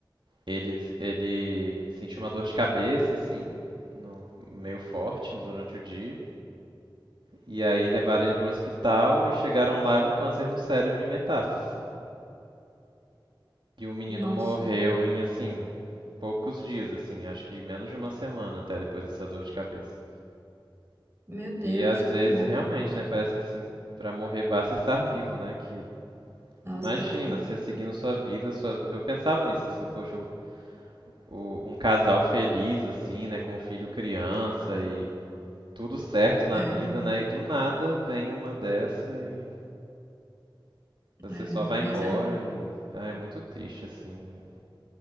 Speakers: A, on the right; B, on the right.
A: Ele, des- ele sentiu uma dor de cabeça, assim, no- meio forte durante o dia. E aí levaram ele pro hospital e chegaram lá, era um câncer no cérebro em metástase. E o menino
B: Nossa,
A: morreu em, assim, poucos dias, assim, acho que menos de uma semana até depois dessa dor de cabeça.
B: meu Deus,
A: E às
B: que
A: vezes,
B: horror.
A: realmente, né, parece que assim, pra morrer basta estar vivo, né? Que
B: Nossa,
A: imagina,
B: total.
A: você seguindo sua vida, sua... eu pensava nisso assim, poxa, o- o- um casal feliz assim, né, com um filho criança e tudo certo na
B: É,
A: vida, né? E do nada vem uma dessa e você
B: é,
A: só vai
B: pois
A: embora
B: é,
A: e ah, é muito triste assim.